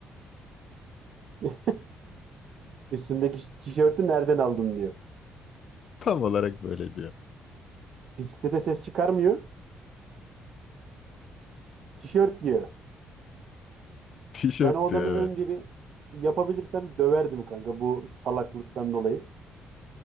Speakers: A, on the right; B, on the left.
A: <laughs> Üstümdeki tişörtü nereden aldın diyor.
B: Tam olarak böyle diyor.
A: Bisiklete ses çıkarmıyor. Tişört diyor.
B: Tişört
A: Ben o
B: diyor
A: adamı
B: evet.
A: önce bir yapabilirsem döverdim kanka bu salaklıktan dolayı.